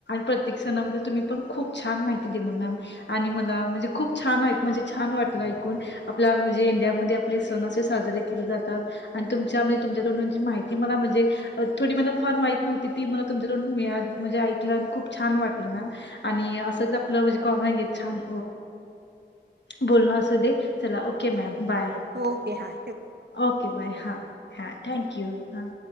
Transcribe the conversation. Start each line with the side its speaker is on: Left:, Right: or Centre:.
Left: प्रत्येक सणाबद्दल तुम्ही खूप छान माहिती दिली मॅम आणि मलाही खूप छान वाटले खूप छान वाटलं म्हणजे आपले इंडियामध्ये पण सण असे साजरी केले जातात तुमच्या म्हणजे तुमच्याकडून जी माहिती मला म्हणजे थोडी मला फार माहित नव्हती ती मला तुमकडून मिळाली. ऐकलं आणि खूप छान वाटलं आणि आपलं असंच कॉमन छान बोलण असू दे चला ओके मॅम बाय
Right: हो ओके हा
Left: ओके बाय हा हा थँक्यू हा